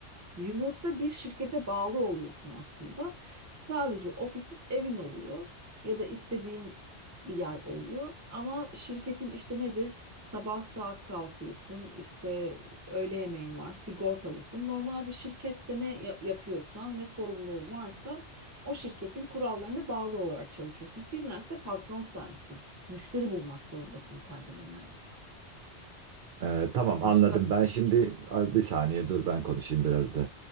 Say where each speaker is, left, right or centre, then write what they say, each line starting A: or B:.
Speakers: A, on the right; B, on the right.
A: Remote'da bir şirkete bağlı oluyorsun aslında. Sadece ofisin evin oluyor ya da istediğin bir yer oluyor. Ama şirketin işte nedir? Sabah saat kalkıyorsun, işte öğle yemeğin var, sigortalısın. Normal bir şirkette ne ya- yapıyorsan, ne sorumluluğun varsa o şirketin kurallarına bağlı olarak çalışıyorsun. Freelance'de patron sensin. Müşteri bulmak zorundasın kendine yani.
B: Ee, tamam
A: Başka,
B: anladım. Ben şimdi a- bir saniye dur ben konuşayım biraz da.